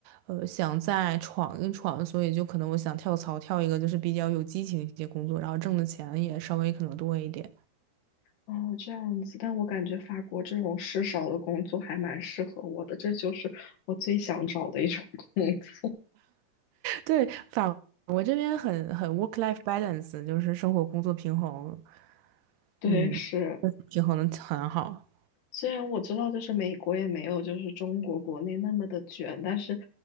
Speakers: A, on the right; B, on the left.
A: 呃，想再闯一闯，所以就可能我想跳槽，跳一个就是比较有激情一些工作，然后挣的钱也稍微可能多一点。
B: 哦，这样子，但我感觉法国这种事少的工作还蛮适合我的，这就是我最想找的一种 <laughs> 工作。
A: 对，法我这边很很 work-life balance，就是生活工作平衡，
B: <laughs> 对，
A: 嗯，
B: 是，
A: 平衡的很好。
B: 虽然我知道就是美国也没有就是中国国内那么的卷，但是，